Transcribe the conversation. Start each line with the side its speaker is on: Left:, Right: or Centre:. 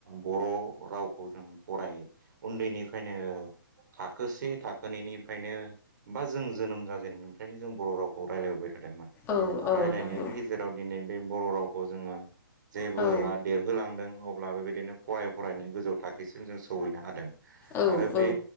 Right: बर' रावखौ जों फराय उन्दैनिफ्रायनो थाखो से थाखोनैनिफ्रायनो बा जों जोनोम जाजेननायनिफ्रायनो जों बर' रावखौ रायलायबोबाय। थादोंमोन
Left: औ
Right: रायज्लायनायनि
Left: नंगौ
Right: गेजेराव दिनै बे बर' रावखौ जोङो जेबो
Left: औ
Right: देरहोलांदों अब्ला बेबायदिनो फराय फरायनो गोजौ थाखोसिम जों सौहैनो हादों।
Left: औ
Right: आरो बे
Left: औ